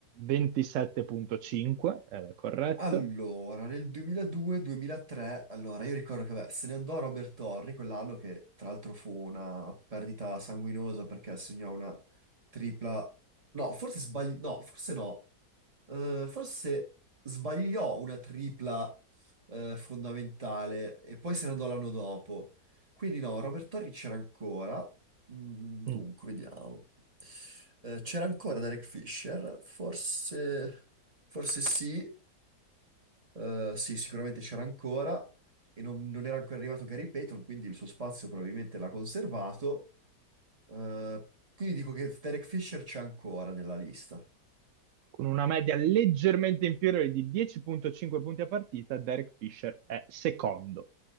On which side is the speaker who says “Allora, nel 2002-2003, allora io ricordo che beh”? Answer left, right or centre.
Right